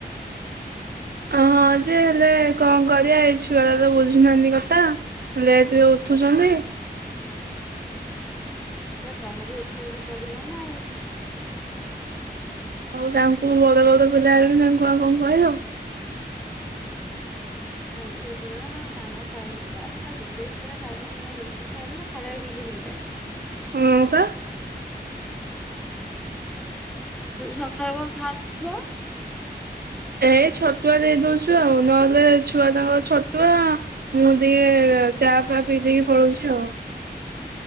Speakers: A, on the right; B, in the centre.
A: ଅ ହଁ ଯେ ହେଲେ କଣ କରିବା ଏଇ ଛୁଆତ ବୁଝୁନାହାନ୍ତି କଥା। ଲେଟରେ ଉଠୁଛନ୍ତି।
B: ସେ ତମକୁ ଉଠେଇବାକୁ ପଡିବ ନା ଆଉ
A: ଆଉ ତାଙ୍କୁ ବଡ ବଡ ପିଲା ହେଲଣି ବି ତାଙ୍କୁ ଆଉ କଣ କହିବ?
B: ଉଠେଇକୁ ପଡିବ ନା କାମ ସାରିକି ବାରଟା ଗୋଟେ ଭିତରେ ଖାଇବା ପାଇଁ ରୋଷେଇ ସାରିମ ଖାଇବା ଦିଟା ତିନିଟା।
A: ହଁ ପା।
B: ସକାଳୁ କଣ <inaudible>
A: ଏ ଏଇ ଛତୁଆ ଦେଇ ଦଉଛୁ ଆଉ ନହେଲେ ଛୁଆ ତାଙ୍କର ଛତୁଆ ମୁଁ ଟିକେ ଚାହା ଫା ପିଇ ଦେଇକି ପଳଉଛି ଆଉ